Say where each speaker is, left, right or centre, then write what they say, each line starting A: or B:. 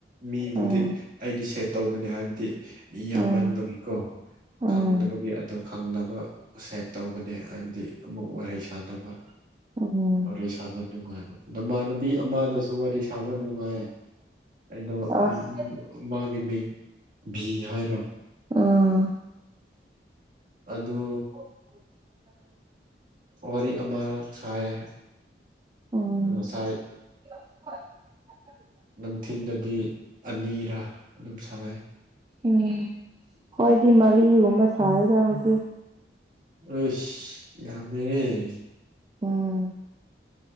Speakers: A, on the right; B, on the right.
A: ꯃꯤꯕꯨꯗꯤ
B: ꯎꯝ
A: ꯑꯩꯗꯤ ꯁꯦꯞ ꯇꯧꯕꯅꯤ ꯍꯥꯏꯕꯗꯤ ꯃꯤ ꯌꯥꯝꯃꯟꯕꯒꯤꯀꯣ
B: ꯎꯝ ꯎꯝ
A: ꯈꯪꯗꯕꯒꯤ ꯑꯗꯣ ꯈꯪꯅꯕ ꯁꯦꯞ ꯇꯧꯕꯅꯦ ꯍꯥꯏꯕꯗꯤ ꯑꯃꯨꯛ ꯋꯥꯔꯤ ꯁꯥꯟꯅꯕ
B: ꯎꯝ
A: ꯋꯥꯔꯤ ꯁꯥꯕ ꯅꯨꯡꯉꯥꯏꯕ ꯅꯃꯥꯟꯅꯕꯤ ꯑꯃꯗꯨꯁꯨ ꯋꯥꯔꯤ ꯁꯥꯕ ꯅꯨꯡꯉꯥꯏ ꯑꯩꯗꯣ ꯑꯝꯑꯝ
B: ꯑꯁ
A: ꯃꯥꯒꯤ ꯃꯤꯡ ꯚꯤ ꯍꯥꯏꯔꯣ
B: ꯎꯝ
A: ꯑꯗꯨ
B: <unintelligible>
A: ꯋꯥꯔꯤ ꯑꯃꯔꯛ ꯁꯥꯏꯌꯦ
B: ꯎꯝ
A: ꯉꯁꯥꯏ
B: <inaudible>
A: ꯅꯨꯡꯊꯤꯟꯗꯗꯤ ꯑꯅꯤꯔꯥ ꯑꯗꯨꯝ ꯁꯅꯩ
B: ꯎꯝ ꯈ‌ꯣꯏꯗꯤ ꯃꯔꯤꯒꯨꯝꯕ ꯁꯥꯏꯌ‌ꯦꯗ ꯉꯁꯤ
A: ꯑꯁ ꯌꯥꯝꯃꯦꯌꯦ꯫
B: ꯎꯝ꯫